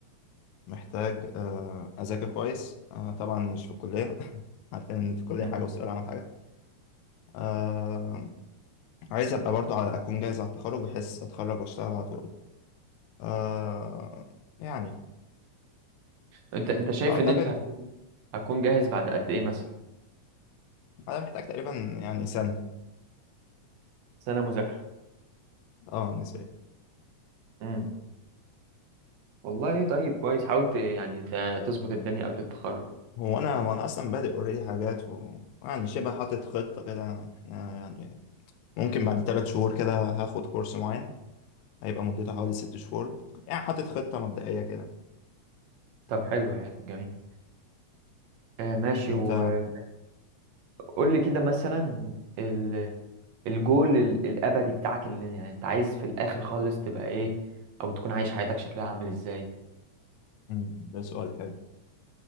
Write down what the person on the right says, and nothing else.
مم.
انت انت شايف
ان انت هتكون هتكون جاهز بعد قد ايه مثلا
سنه مذاكره
امم والله طيب كويس حاولت يعني ت- تظبط الدنيا قبل التخرج
طب حلو حلو جميل آه ماشي
وقول لي كده مثلا ال- الجول ال- الابدي بتاعك اللي يعني انت عايز في الاخر خالص تبقى ايه او تكون عايش حياتك شكلها عامل ازاي